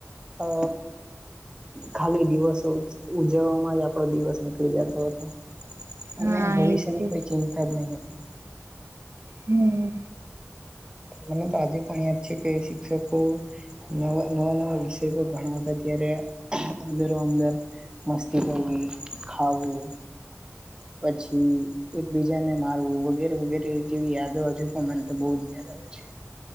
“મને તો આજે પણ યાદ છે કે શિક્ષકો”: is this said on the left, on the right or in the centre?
Right